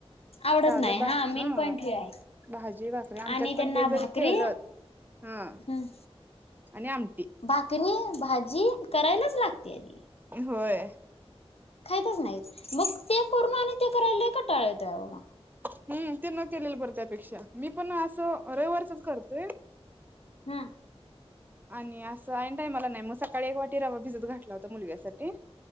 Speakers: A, on the left; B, on the right.
A: आवडत
B: साधं
A: नाही
B: भा,
A: हा मेन
B: ह,
A: पॉईंट हे आहे
B: भाजी, भाकरी आमच्यात
A: आणि त्यांना
B: पण ते जरी
A: भाकरी
B: केलं हा
A: हम्म
B: आणि आम
A: भाकरी, भाजी करायलाच लागते. आणि
B: होय.
A: खाईतच नाहीत. मग ते करून आणि ते करायला लई कटाळा येतोय आहो मग
B: हम्म, ते न केलेलं बरं त्यापेक्षा, मी पण असं रविवारचच करते.
A: हं
B: आणि असं ऐन टायमाला नाय म सकाळी एक वाटी रवा भिजत घातला होता. मुलग्यासाठी